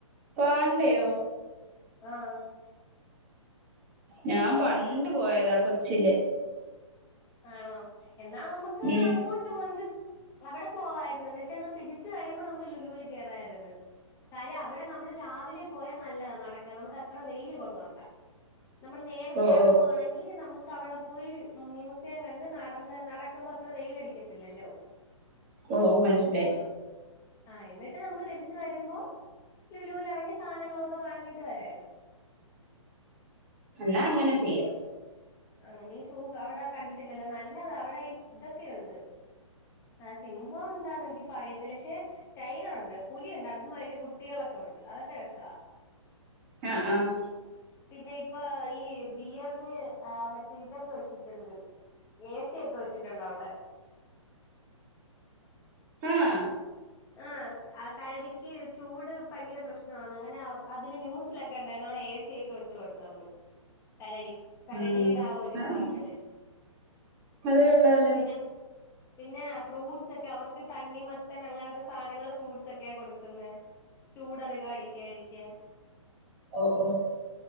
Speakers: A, on the right; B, on the left.
A: പാണ്ടയോ.
B: ആഹ്
A: ഞാൻ പണ്ട് പോയതാ കൊച്ചിലെ.
B: ആണോ, എന്നാ നമ്മക്ക്
A: ഉം
B: അങ്ങോ ട്ട് വന്ത് അവിടെ പോവായിരുന്നു, എന്നിട്ട്ന്ന് തിരിച്ച് വരുമ്പോ നമുക്ക് ലുലൂല് കേറായിരുന്നു. കാര്യം അവിടെ നമ്മൾ രാവിലെ പോയാ നല്ലതാ. നടക്ക. നമുക്ക് അത്ര വെയില് കൊള്ളണ്ട. നമ്മൾ നേരത്തെ
A: ഓ
B: എറങ്ങുവാണെങ്കി
A: ഓ
B: നമുക്കവടെ പോയൊര് മ്യൂസി സിയം കണ്ട് നടന്ന് നടക്കുമ്പത്ര വെയിലടിക്കത്തില്ലല്ലോ.
A: ഓ ഓഹ് മൻസ്സിലായി.
B: ആഹ് എന്നിട്ട് നമുക്ക് തിരിച്ചു വരുമ്പോ ലുലുലെറങ്ങി സാനങ്ങളൊക്കെ വാങ്ങിട്ട് വരായിരുന്നു.
A: എന്നാ അങ്ങനെ ചെയ്യാ.
B: ആഹ നീ സു അവിടെ കണ്ടിട്ടില്ലല്ലോ നല്ലതാ അവിടെ ഈ തൊക്കെയുണ്ട്. ആഹ് സിംഹം ഉണ്ടാന്നെനിക്കിപ്പറയത്തില്ല. പക്ഷെ ടൈഗറുണ്ട്. പുലിയുണ്ട്. അതും അയ്ന്റെ കുട്ടികളൊക്കെ ഉണ്ട്. അതൊക്കെ രസാ.
A: ആഹ് ആഹ്.
B: പിന്നെ ഇപ്പ ഈ ബിയർന് ആ മറ്റേ ഇതൊക്കെ വെച്ചിട്ട് ണ്ട്. എ സി ഒക്കെ വെച്ചിട്ടുണ്ട വടെ.
A: അആഹ്.
B: ആഹ്. ആ കരടിക്ക് ചൂട് ഭയങ്കര പ്രശ്നമാന്ന്. അങ്ങനെ അതില് ന്യൂസിലൊക്കെ ണ്ടായ്ന്നു. അവടെ എ സി ക്കെ വെച്ച് കൊടുത്തന്ന്. കരടി കരടിടെ
A: ആഹ്
B: ആ ഒരു
A: ആഹ്
B: പാർട്ടില്.
A: അത് കൊള്ളാലോ
B: പിന്നെ പിന്നെ ഫ്രൂട്ട്സൊക്കെ അവർക്ക് തണ്ണിമത്തൻ അങ്ങന ത്തെ സാനങ്ങള് ഫ്രൂട്സൊക്കെയ കൊട്ക്ക്ന്നേ. ചൂടധികം അടിക്കായിരിക്കാൻ.
A: ഓ ഓഹ്.